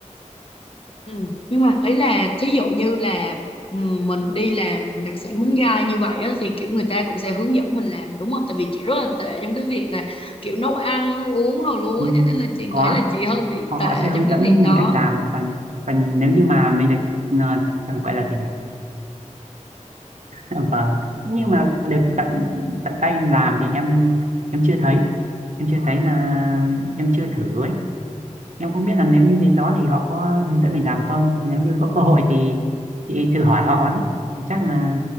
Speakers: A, on the left; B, on the right.
A: Ừ. Nhưng mà ấy là thí dụ như là ừm, mình đi làm đặc sản bánh gai như vậy á, thì kiểu người ta cũng sẽ hướng dẫn mình làm đúng không? Tại vì chị rất là tệ trong cái việc là kiểu nấu ăn, nấu uống đồ luôn
B: Ừm,
A: á, cho nên là chị nghĩ
B: Có
A: là chị hơi bị
B: họ họ
A: tệ
B: sẽ hướng
A: trong cái
B: dẫn
A: việc đó.
B: mình cách làm còn còn nếu như mà mình được ờ, gọi là gì nhỉ? <laughs> Vâng. Nhưng mà được tận tận tay làm thì em em chưa thấy. Em chưa thấy là em chưa thử ấy. em không biết
A: Ừ.
B: là nếu như đến đó thì họ có hướng dẫn mình làm không nếu như có cơ hội thì chị thử hỏi họ đấy thì chắc là